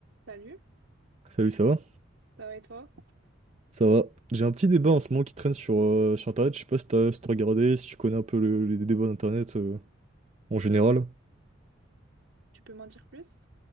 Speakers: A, on the right; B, on the right.
A: Salut,
B: Salut, ça va?
A: ça va et toi?
B: Ça va. J'ai un petit débat en ce moment qui traîne sur, euh, sur Internet. Je sais pas si t'as si t'as regardé, si tu connais un peu le- les débats d'Internet euh, en général.
A: Tu peux m'en dire plus?